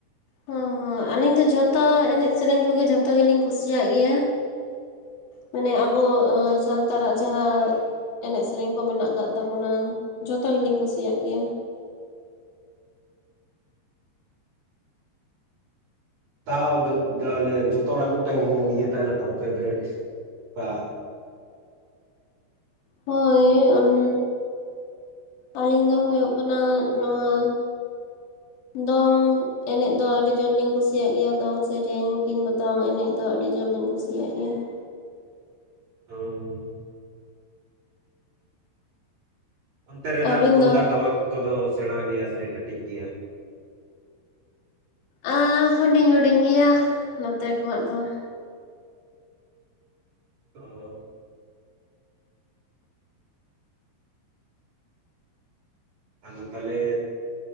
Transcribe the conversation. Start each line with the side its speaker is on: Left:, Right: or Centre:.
Left: ᱦᱚᱸ ᱦᱚᱸ ᱟᱹᱞᱤᱧ ᱫᱚ ᱡᱷᱚᱛᱚ ᱮᱱᱮᱡᱽ ᱥᱮᱨᱮᱧ ᱠᱚᱜᱮ ᱡᱷᱚᱛᱚ ᱜᱮᱞᱤᱧ ᱠᱩᱥᱤᱭᱟᱜ ᱜᱮᱭᱟ᱾ ᱢᱟᱱᱮ ᱟᱵᱚ ᱥᱟᱱᱛᱟᱲᱟᱜ ᱡᱟᱦᱟᱸ ᱮᱱᱮᱡ ᱥᱮᱨᱮᱧ ᱠᱚ ᱢᱮᱱᱟᱜ ᱟᱠᱟᱫ ᱛᱟᱵᱚᱱᱟ ᱡᱷᱚᱛᱚ ᱜᱮᱞᱤᱧ ᱠᱩᱥᱤᱭᱟᱜ ᱜᱮᱭᱟ
Right: ᱛᱟᱣ ᱢᱟᱱᱮ ᱡᱚᱛᱚ ᱦᱚᱲᱟᱜ ᱢᱤᱫᱴᱮᱱ ᱤᱭᱟᱹ ᱛᱟᱦᱮᱱᱟ ᱛᱚ ᱯᱷᱮᱵᱨᱮᱴ ᱵᱟ
Left: ᱦᱳᱭ ᱚᱱ ᱟᱞᱤᱧ ᱫᱚ ᱦᱩᱭᱩᱜ ᱠᱟᱱᱟ ᱱᱚᱣᱟ ᱫᱚᱝ ᱮᱱᱮᱡ ᱫᱚ ᱟᱹᱰᱤ ᱡᱳᱨᱞᱤᱧ ᱠᱩᱥᱤᱭᱟᱜ ᱜᱮᱭᱟ, ᱫᱚᱝ ᱥᱮᱨᱮᱧ ᱠᱤᱝᱵᱟ ᱫᱚᱝ ᱮᱱᱮᱡ ᱫᱚ ᱟᱹᱰᱤ ᱡᱳᱨ ᱞᱤᱧ ᱠᱩᱥᱤ ᱠᱩᱥᱤᱭᱟᱹ ᱜᱮᱭᱟ ᱾
Right: ᱚᱸᱝ ᱚᱱᱛᱮ ᱨᱮᱱᱟᱜ
Left: ᱟᱹᱵᱤᱱ
Right: ᱛᱩᱢᱫᱟᱜ
Left: ᱫᱚ
Right: ᱴᱟᱢᱟᱠ ᱠᱚᱫᱚ ᱥᱮᱬᱟ ᱜᱮᱭᱟ ᱥᱮ ᱠᱟᱹᱴᱤᱡ ᱜᱮᱭᱟ?
Left: ᱟᱸ ᱦᱩᱰᱤᱧ ᱦᱩᱰᱤᱧ ᱜᱮᱭᱟ ᱱᱚᱛᱮ ᱠᱚᱣᱟᱜ ᱫᱚ ᱾
Right: ᱚ ᱾ ᱟᱫᱚ ᱛᱟᱦᱚᱞᱮ